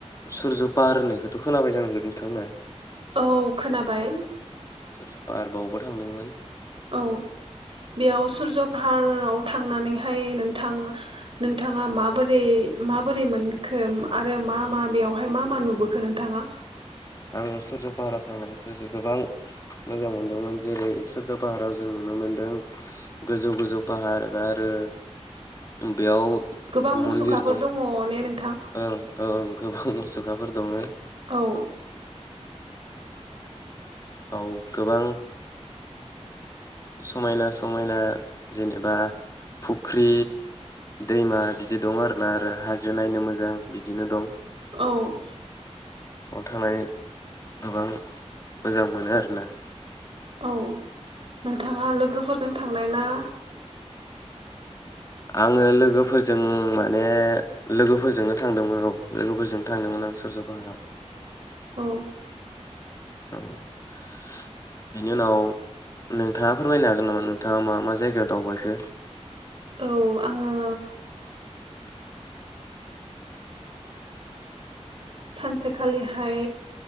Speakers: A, on the left (about 30°); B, on the right (about 50°).
A: सुरज पाहार होननायखौथ खोनाबाय जानांगौ नोंथांमोना
B: औ खोनाबाय
A: सुरज पाहर्बावबो थांदोंमोन
B: औ बेयाव सुरज पाहाराव थांनानै हाय नोंथां नोंथाङा माबोरै माबोरै मोनखो आरो मा मा बेयावहाय मा मा नुबोखो नोंथाङा
A: आं सुरज पाहाराव थांनानै गोसोखौ गोबां मोजां मोनदोंमोन जेरै सुरज पाहाराव जों नुनो मोनदों गोजौ गोजौ पाहार एबा आरो बेयाव
B: गोबां मुसुखाफोर
A: मन्दिर दं
B: दङ ने नों
A: ओं ओ गोबां मुसुखाफोर दङ
B: औ
A: आव गोबां समायना समायना जेनेबा फुख्रि दैमा बिदि दं आरोना आरो हाजो नायनो मोजां बिदिनो दं
B: औ
A: <unintelligible> थांनानै गोबां मोजां मोनो आरोना
B: औ नोंथाङा लोगोफोरजों थांनाय ना
A: आङो लोगोफोरजों माने लोगोफोरजोंनो थांदोंमोन औ लोगोफोरजों थांदोंमोन आं सुरज पाहाराव
B: औ
A: बेनि उनाव नोंथाङा फोरमायनो हागोन नामा नोंथाङा मा मा जायगायाव दावबायखो
B: औ आङो सानसे खालिहाय